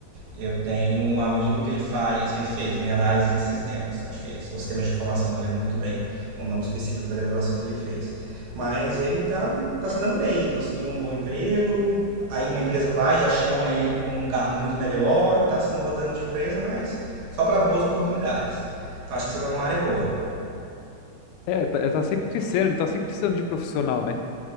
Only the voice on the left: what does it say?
é, tá, é, tá sempre crescendo, tá sempre precisando de profissional, né?